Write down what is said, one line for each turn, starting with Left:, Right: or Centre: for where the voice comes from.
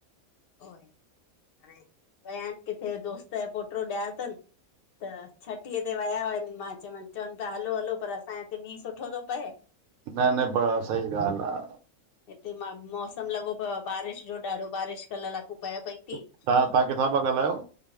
Left: उओ ई हाणे विया आहिन किथे दोस्त जो पोट्रो ॼायो तन। त छठी ते विया हुन मां चवन चवन ता हलो हलो पर असांजे हिते मींहुं सुठो तो पए।
Right: न न बड़ा सही ॻाल आ।
Left: हिते मां मौसम लॻो पियो आ बारिश जो, ॾाढो बारिश कल लाकूं पए पई। थी
Right: तव्हां तव्हां किथां
Left: त
Right: पिया ॻाल्हायो?